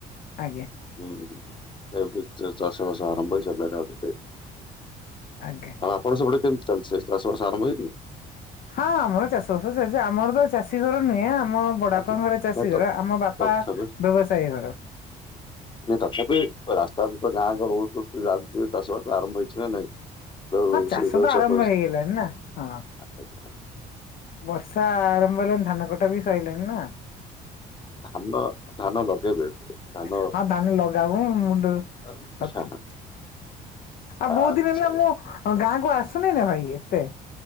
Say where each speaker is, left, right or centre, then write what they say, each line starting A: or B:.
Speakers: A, on the left; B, on the left.
A: ଆଜ୍ଞା।
B: ହୁଁ, ତାପରେ ଚାଷବାସ ଆରମ୍ଭ ହେଇସାରିଲାଣି ଆ ଭିତରେ।
A: ଆଜ୍ଞା।
B: ତମର ସେପଟେ କେମତି ଚାଲିଚି? ଚାଷ ବାସ ଆରମ୍ଭ ହେଇନି?
A: ହ ହଁ, ଆମର ଚାଷ ବାସ ଚାଲଚି। ଆମର ତ ଚାଷୀ ଘର ନୁହେଁ, ଆମ ବଡାବାପା
B: ଆଚ୍ଛା।
A: ଘର ଚାଷୀ
B: ନାଇଁ ତ
A: ଘର। ଆମ ବାପା
B: ତଥାପି
A: ବ୍ୟବସାୟ କର
B: ତଥାପି ରାସ୍ତା ତ ଯାଁ ରହୁଛ ଯାଉିବ ଚାଷବାସ ଆରମ୍ଭ ହେଇଛି ନା ନାଇଁ <unintelligible> ବେଉ-
A: ହଁ, ଚାଷ
B: ସେ ବେଉ
A: ତ ଆରମ୍ଭ
B: ଅଛି।
A: ହେଇଗଲାଣି ନା, ହଁ।
B: ଆଜ୍ଞା, ଆଜ୍ଞା।
A: ବର୍ଷା ଆରମ୍ଭ ହେଲେଣି, ଧାନ କଟା ବି ସଇଲାଣି, ନା।
B: ଧାନ, ଧାନ ଲଗେଇବେ ଏବେ। ଧାନ
A: ହଁ, ଧାନ ଲଗାଉ। ମୁଣ୍ଡ
B: ଆଚ୍ଛା
A: ଅଛି। ଆଉ
B: ଆଚ୍ଛା
A: ବହୁତ ଦିନ ହେଲା ମୁଁ ଗାଁ କୁ ଆସୁନି ନା ଭାଇ ଏତେ।